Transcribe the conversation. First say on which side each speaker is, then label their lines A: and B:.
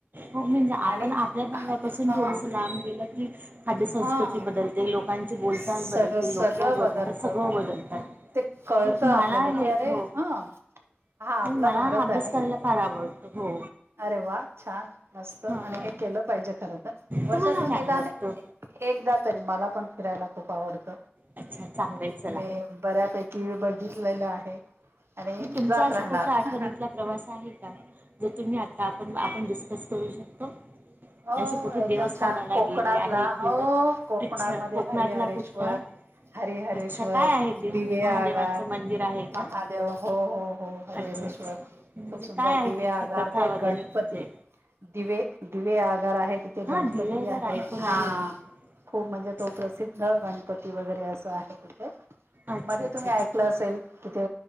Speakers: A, on the right; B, on the right.
A: हो म्हणजे आपण
B: आणि
A: आपल्या बंगल्यापासून
B: हा
A: थोडस लांब गेलं की खाद्य संंस्कृती
B: हा
A: बदलते लोकांची बोलचाल
B: सगळं
A: बदलते
B: सगळं
A: लोक बदलतात
B: बदलत
A: सगळं बदलतात.
B: ते कळतं
A: म्हणजे
B: आपल्याला
A: मला हे
B: की अरे
A: हो
B: हा हा आपला
A: मला
B: भारत
A: हा अभ्यास
B: आहे.
A: करायला फार आवडतो हो.
B: अरे वा छान मस्त आणि
A: हा
B: हे केलं पाहिजे खर तर वर्षातून
A: तुम्हाला काय
B: निदान
A: आवडतं?
B: एकदा तरी मला पण फिरायला खूप आवडत
A: अच्छा चांगलंय चला.
B: मे बऱ्यापैकी बघितलेलं आहे. आणि
A: मग तुमचा
B: जात
A: असा
B: राहणार
A: कुठला आठवणीतला प्रवास आहे जो तुम्ही आता आपण आपण डिस्कस करू शकतो?
B: हो
A: असे कुठे
B: एकदम
A: देवस्थानाला
B: छान कोकणातला
A: गेले आहे किंवा
B: हो कोकणामध्ये
A: अच्छा कोकणातला
B: हरिहरेश्वर
A: कुठला
B: हरीहरेश्वर,
A: अच्छा काय आहे ते म्हणजे
B: दिवेआगर,
A: महादेवांचं मंदिर आहे का
B: महादेव हो हो हो हरिहरेश्वर
A: अच्छा अच्छा म्हणजे
B: खूप सुंदर
A: काय आहे
B: दिवे
A: तिथली
B: आगार
A: कथा
B: ते
A: वगैरे
B: गणपती
A: म्हणजे
B: दिवे दिवेआगार आहे. ते
A: हा
B: गणपती
A: दिवेगार
B: आहे
A: ऐकून
B: हा
A: मी
B: खूप म्हणजे
A: अच्छा
B: तो प्रसिद्ध त गणपती वगैरे असं आहे तिथे
A: अच्छा
B: मध्ये
A: अच्छा
B: तुम्ही
A: अच्छा
B: ऐकलं असेल तिथे